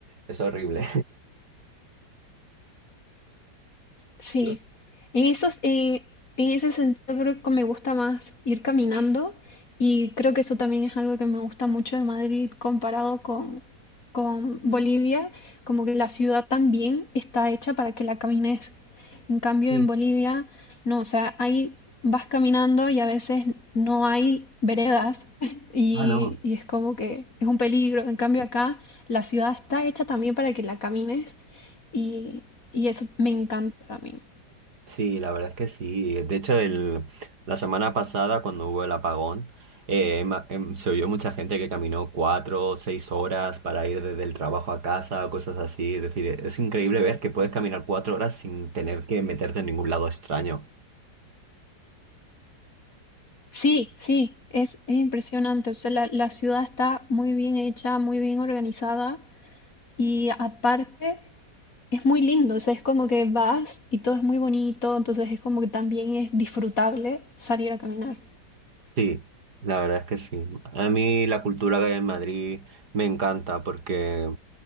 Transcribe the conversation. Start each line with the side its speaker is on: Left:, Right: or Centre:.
Right: Es horrible.
Left: Sí,
Right: <laughs>
Left: en esos, en, en ese sentido creo que me gusta más ir caminando y creo que eso también es algo que me gusta mucho de Madrid comparado con, con Bolivia, como que la ciudad también está hecha para que la camines. En cambio
Right: Sí.
Left: en Bolivia, no, o sea, ahí vas caminando y a veces no hay veredas <laughs> y,
Right: Ah, no.
Left: y es como que es un peligro. En cambio acá la ciudad está hecha también para que la camines. Y, y eso me encanta también.
Right: Sí, la verdad es que sí. De hecho, el, la semana pasada, cuando hubo el apagón, eh, ma- em, se oyó mucha gente que caminó cuatro o seis horas para ir desde el trabajo a casa o cosas así. Es decir, e, es increíble ver que puedes caminar cuatro horas sin tener que meterte en ningún lado extraño.
Left: Sí, sí, es, es impresionante. O sea, la, la ciudad está muy bien hecha, muy bien organizada y aparte es muy lindo. O sea, es como que vas y todo es muy bonito, entonces es como que también es disfrutable salir a caminar.
Right: Sí, la verdad es que sí. A mí la cultura que hay en Madrid me encanta porque